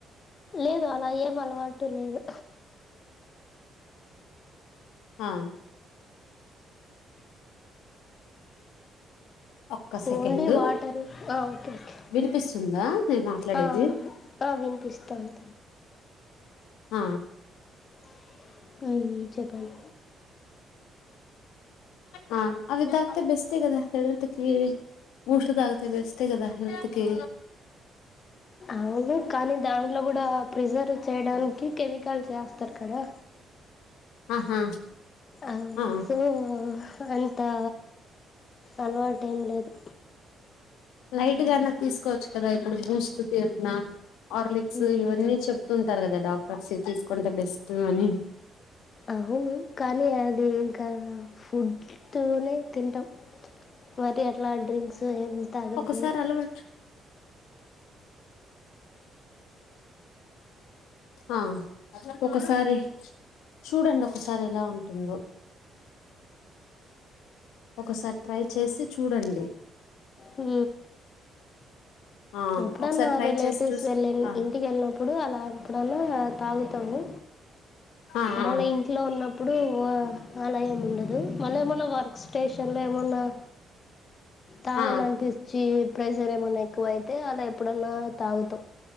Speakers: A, on the left (about 45°); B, on the left (about 85°).
A: లేదు అలా ఏం అలవాటు లేదు
B: ఆ ఒక్క సెకండ్
A: ఓన్లీ వాటరు ఆ ఓకే ఓకే
B: వినిపిస్తుందా నేను మాట్లాడేది
A: ఆ ఆ వినిపిస్తుంది
B: ఆ
A: <unintelligible> చెప్పండి
B: ఆ అవి తాగితే బెస్టే గదా హెల్త్ కి బూస్ట్ తాగితే బెస్టే కదా హెల్త్ కి
A: అవును కానీ దాంట్లో కూడా ప్రిజర్వ్ చేయడానికి కెమికల్ చే తర్ కదా
B: ఆహా
A: అంతే
B: ఆ
A: అంతా అలవాటు ఏం లేదు
B: లైట్ గా అయినా తీసుకోవచ్చు కదా ఇప్పుడు బూస్ట్ పేదనా ఆర్లిక్స్
A: మ్మ్
B: ఇవన్నీ చెప్తుంటారు కదా డాక్టర్స్ ఇవి తీసుకుంటే బెస్ట్ అని
A: అవును కానీ అది ఇంకా ఫుడ్ నే తింటాం మరి అట్లా డ్రింక్స్ ఏం తాగేది
B: ఒకసారి
A: లేదు
B: అలవర్చు ఆ ఒకసారి చూడండి ఒకసారి ఎలా ఉంటుందో ఒకసారి ట్రై చేసి చూడండి
A: ఉ
B: ఆ
A: ఎప్పుడన్నా
B: ఒకసారి ట్రై
A: రిలేటివ్స్
B: చేసి చూసి
A: వెళ్ళిన్
B: ఆ
A: ఇంటికి వెళ్ళినప్పుడు అలా ఎప్పుడన్నా తాగుతాము
B: ఆ ఆ
A: వాళ్ళ ఇంట్లో ఉన్నప్పుడు వా ఆలయం ఉండదు మళ్ళ ఏమన్నా వర్క్ స్టేషన్ లో ఏమన్నా తాగాలనిపించి
B: ఆ
A: ప్రెషర్ ఏమన్నా ఎక్కువయి తే అలా ఎప్పుడన్నా తవుతు